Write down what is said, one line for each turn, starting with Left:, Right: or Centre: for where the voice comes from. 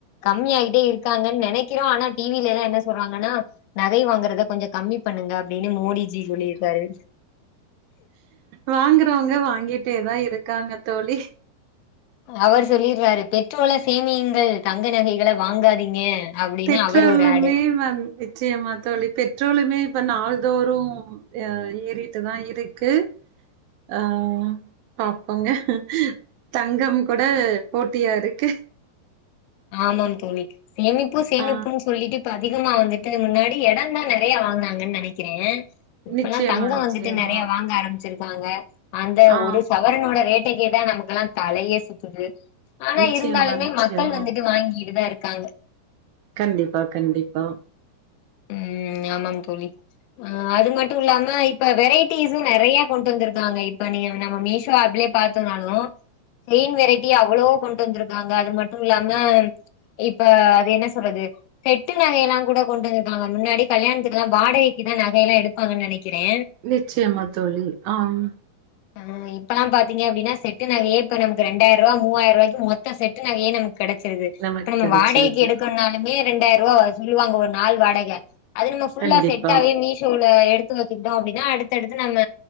Left: கம்மி ஆயிட்டே இருக்காங்கன்னு நெனைக்கிறோ ஆனா டி வில எல்லா என்ன சொல்றாங்கன்னா நகை வாங்குறத கொஞ்ச கம்மி பண்ணுங்க அப்டின்னு மோடிஜி சொல்லியிருக்காரு
Right: வாங்கறவங்க வாங்கிட்டேதா இருக்காங்க தோழி
Left: அவர் சொல்லிறாரு பெட்ரோல சேமியுங்கள் தங்க நகைகளை வாங்காதீங்க அப்டின்னு
Right: பெட்ரோலுமே
Left: அவர் ஒரு ஏடு
Right: வந் நிச்சயமா தோழி பெட்ரோலுமே இப்ப நாள்தோறு எ ஏறிட்டுதா இருக்கு ஆ பாப்போங்க தங்கம் கூட போட்டியா இருக்கு
Left: ஆமாம் தோழி சேமிப்பு சேமிப்புன்னு
Right: ஆ
Left: சொல்லிட்டு இப்ப அதிகமா வந்துட்டு முன்னாடி எடந்தா நெறைய வாங்குனாங்கன்னு நெனைக்கிறே இப்பல்லா
Right: நிச்சயமா
Left: தங்கோ
Right: நிச்சயமா
Left: வந்துட்டு நெறைய வாங்க ஆரம் வச்சிருக்காங்க அந்த
Right: ஆ
Left: ஒரு சவரனோட ரேட்ட கேட்டா நமக்கெல்லா தலையே சுத்துது ஆனா
Right: நிச்சயமா
Left: இருந்தாலுமே
Right: நிச்சயமா
Left: மக்கள் வந்துட்டு வாங்கிட்டு தா இருக்காங்க
Right: கண்டிப்பா கண்டிப்பா
Left: ம் ஆமாம் தோழி ஆ அது மட்டு இல்லாம இப்ப வெரைட்டிஸும் நெறைய கொண்டு வந்திருக்காங்க இப்ப நீங்க நம்ம மீஸோ ஆப்லயே பாத் தனாலு செயின் வெரைட்டி அவ்ளோ கொண்டு வந்திருக்காங்க அது மட்டு இல்லாம இப்ப அது என்ன சொல்றது செட்டு நகையெல்லா கூட கொண்டு நாங்க முன்னாடி கல்யாணத்துக்கு எல்லா வாடகைக்கு தா நகை எல்லா எடுப்பாங்கன்னு நெனைக்கிறே
Right: நிச்சயமா தோழி ஆ ம்
Left: ஆ ம் இப்பல்லா பாத்தீங்க அப்டின்னா செட்டு நகையே இப்ப நமக்கு ரெண்டாயிரூபா மூவாயிரூபாக்கு மொத்த செட்டு நகையே நமக்கு கெடைச்சிருது
Right: நமக்கு
Left: இப்ப நம்ம
Right: கெடச்சிருக்கு
Left: வாடகைக்கு எடுக்கணும்னாலுமே ரெண்டாயிரம் ரூபா சொல்லுவாங்க ஒரு நாள் வாடக அது நம்ம ஃபுல்லா
Right: கண்டிப்பா
Left: செட்டாவே மீஷோல எடுத்து வச்சுக்கிட்டோ அப்டின்னா அடுத்தடுத்து நம்ம